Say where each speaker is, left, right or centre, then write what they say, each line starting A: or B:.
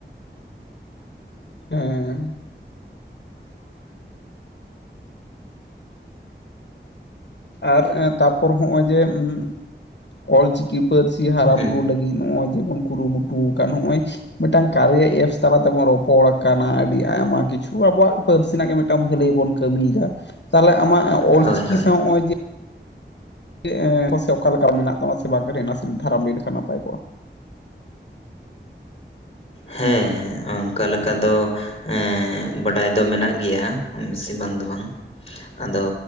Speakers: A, on the left (about 70°); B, on the left (about 35°).
A: ᱦᱮᱸ᱾ ᱟᱨ ᱛᱟᱨᱯᱚᱨ ᱦᱚᱸᱜᱼᱚᱭ ᱡᱮ ᱩᱜ ᱚᱞᱪᱤᱠᱤ ᱯᱟᱹᱨᱥᱤ ᱦᱟᱨᱟᱼᱵᱩᱨᱩ
B: ᱦᱩᱸ
A: ᱞᱟᱹᱜᱤᱫ ᱱᱚᱜᱼᱚᱭ ᱡᱮᱵᱚᱱ ᱠᱩᱨᱩᱢᱩᱴᱩ ᱟᱠᱟᱱ ᱱᱚᱜᱼᱚᱭ ᱢᱤᱫᱴᱟᱝ ᱠᱟᱨᱤᱭᱟ ᱮᱯᱥ ᱛᱟᱞᱟ ᱛᱮᱵᱚᱱ ᱨᱚᱯᱚᱲ ᱟᱠᱟᱱᱟ ᱟᱹᱰᱤ ᱟᱭᱢᱟ ᱠᱤᱪᱷᱩ ᱟᱵᱚᱣᱟᱜ ᱯᱟᱹᱨᱥᱤ ᱨᱮᱱᱟᱜ ᱜᱮ ᱢᱤᱫᱴᱟᱝ ᱵᱷᱟᱹᱞᱟᱹᱭ ᱵᱚᱱ ᱠᱟᱹᱢᱤᱭᱮᱫᱟ ᱛᱟᱦᱞᱮ ᱟᱢᱟᱜ ᱚᱞ
B: ᱦᱳᱭ
A: ᱪᱤᱠᱤ
B: ᱦᱳᱭ
A: ᱥᱟᱶ ᱦᱚᱜ-ᱚᱭ <unintelligible> ᱚᱠᱟ ᱞᱮᱠᱟ ᱢᱮᱱᱟᱜ ᱛᱟᱢᱟ ᱥᱮ ᱵᱟᱝ ᱜᱮ ᱱᱟᱥᱮ ᱫᱷᱟᱨᱟᱢ ᱞᱟᱹᱭ ᱞᱮᱠᱷᱟᱱ ᱱᱟᱯᱟᱭ ᱠᱚᱜᱼᱟ?
B: ᱦᱮᱸ ᱚᱱᱠᱟ ᱞᱮᱠᱟ ᱫᱚ ᱮᱸ ᱵᱟᱰᱟᱭ ᱫᱚ ᱢᱮᱱᱟᱜ ᱜᱮᱭᱟ ᱵᱤᱥᱤ ᱵᱟᱝ ᱫᱚ ᱵᱟᱝ ᱟᱫᱚ